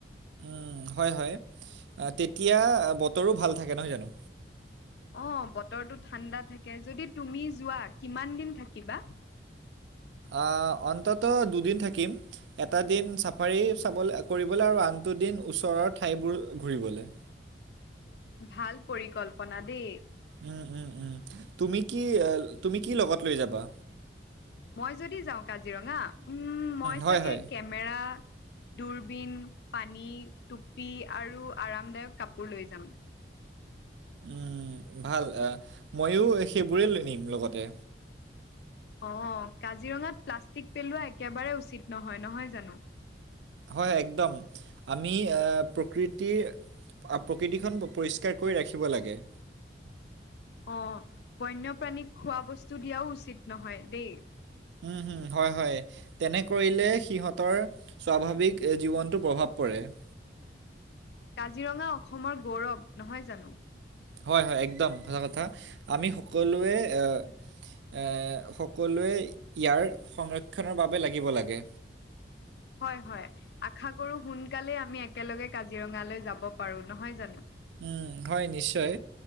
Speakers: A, on the right (about 75°); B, on the left (about 60°).
A: উম, হয় হয় তেতিয়া বতৰো ভাল থাকে নহয় জানো?
B: অ বতৰটো ঠাণ্ডা থাকে যদি তুমি যোৱা কিমান দিন থাকিবা?
A: অ অন্তত দুদিন থাকিম এটা দিন চাফাৰী চাব কৰিবলে আৰু আন তো দিন ওচৰৰ ঠাইবোৰ ঘূৰিবলে।
B: ভাল পৰিকল্পনা দেই।
A: উম উম উম তুমি কি তুমি কি লগত লৈ যাবা?
B: মই যদি যাওঁ কাজিৰঙা? উম মই
A: হয়
B: চাগে
A: হয়
B: কেমেৰা, দূৰবিন, পানী, টুপি আৰু আৰামদায়ক কাপোৰ লৈ যাম।
A: উম ভাল আহ ময়ো সেইবোৰে লৈ নিম লগতে।
B: অ কাজিৰঙাত প্লাষ্টিক পেলোৱা একেবাৰে উচিত নহয়। নহয় জানো?
A: হয় হয় একদম আমি আহ প্ৰকৃতিৰ প্ৰকৃতিখন পৰিষ্কাৰ কৰি ৰাখিব লাগে।
B: আহ বন্যপ্ৰাণীক খোৱা বস্তু দিয়াও উচিত নহয় দেই।
A: উম হম হয় হয় তেনে কৰিলে সিহঁতৰ স্বাভাৱিক জীৱনতো প্ৰভাৱ পৰে। <unintelligible>
B: কাজিৰঙা অসমৰ গৌৰৱ নহয় জানো?
A: হয় হয় একদম সচা কথা আমি সকলোৱে এ সকলোৱে ইয়াৰ সংৰক্ষণৰ বাবে লাগিব লাগে।
B: হয় হয় আশা কৰো সোনকালে আমি একেলগে কাজিৰঙালৈ যাব পাৰো। নহয় জানো?
A: উম হয় নিশ্চয়।